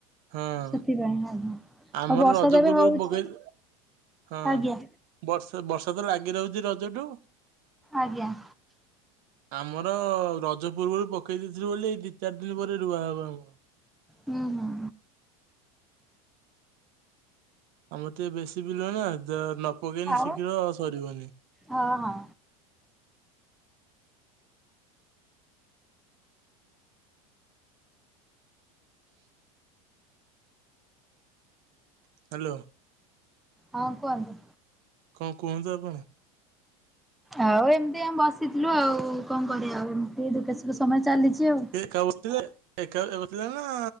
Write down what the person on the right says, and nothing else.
ହଁ।
ଆମର
ରଜ
ପୂର୍ବରୁ
ପକେଇ ହଁ।
ବର୍ଷା ବର୍ଷା ତ ଲାଗି ରହୁଛି ରଜଠୁ।
ଆମର ରଜ ପର୍ବରୁ ପକେଇ ଦେଇଥିଲୁ ବୋଲି ଏଇ ଦି ଚାରି ଦିନ ପରେ ରୁଆ ହବ ଆମର।
ଆମର ଟିକେ ବେଶୀ ବିଲ ନା ତ ନପକେଇଲେ
ଶୀଘ୍ର ସରିବନି।
ହ୍ୟାଲୋ।
କଣ କୁହନ୍ତୁ ଆପଣ?
ଏକା ବସିଥିଲେ ଏକା ବସିଥିଲେ ନା